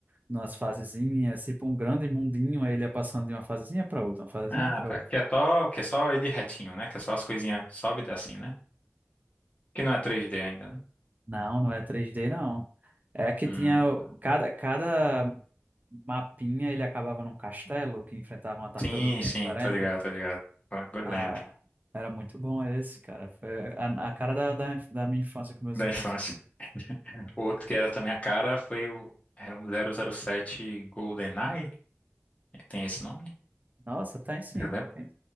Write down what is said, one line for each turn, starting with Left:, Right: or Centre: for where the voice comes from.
Right: nas fasezinhas, tipo um grande mundinho, aí ele ia passando de uma fasezinha para outra, uma fasezinha
Left: Ah,
Right: para
Left: tá.
Right: outra.
Left: Que é, só, que é só ele retinho, né? Que é só as coisinhas sobe e desce assim, né? Que não é três d ainda, né?
Right: Não, não é três d não. É que
Left: Hum.
Right: tinha o- cada, cada mapinha, ele acabava num castelo que enfrentava uma tartaruguinha
Left: Sim, sim,
Right: diferente.
Left: tô ligado, tô ligado. Agora
Right: Ah,
Left: eu lembro.
Right: era muito bom esse, cara. Foi a, a cara da, da, da minha infância com meus
Left: Da
Right: irmãos.
Left: infância. O Outro que era também a cara foi o. Era um 007 GoldenEye? Tem esse nome?
Right: Nossa, tem sim,
Left: Você lembra?
Right: tem,